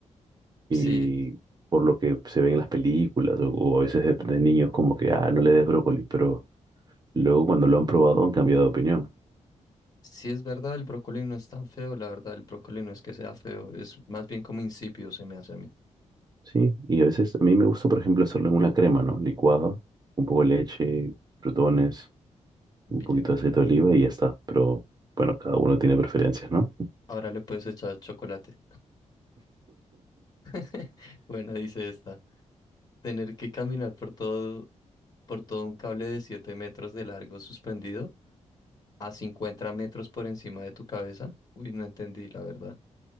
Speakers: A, on the right; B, on the left.
A: y
B: Sí,
A: por lo que se ve en las películas o, o a veces de, de niños como que, ah, no le des brócoli, pero luego cuando lo han probado han cambiado de opinión.
B: sí es verdad, el brócoli no es tan feo, la verdad, el brócoli no es que sea feo, es más bien como insípido se me hace a mí.
A: Sí, y a veces a mí me gusta, por ejemplo, hacerlo en una crema, ¿no? Licuado, un poco de leche, frutones,
B: Bien,
A: un poquito de aceite de oliva y ya está. Pero bueno, cada uno tiene preferencias, ¿no?
B: ahora le puedes echar chocolate. <laughs> Bueno, dice esta. Tener que caminar por todo, por todo un cable de 7 metros de largo suspendido a 50 metros por encima de tu cabeza. Uy, no entendí, la verdad.